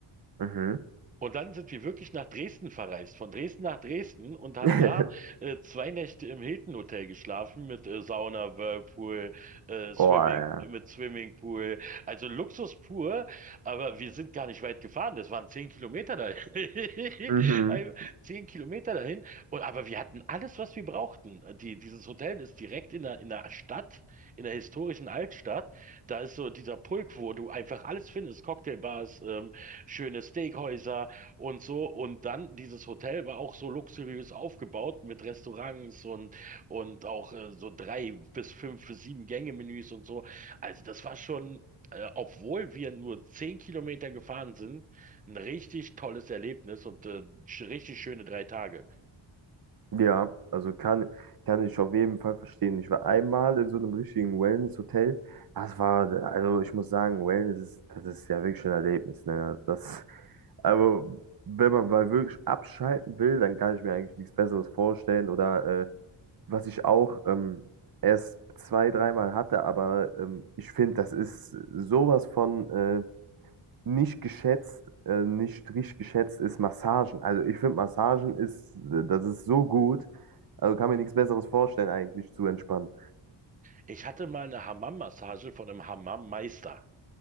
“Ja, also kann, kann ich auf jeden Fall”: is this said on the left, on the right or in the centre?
Right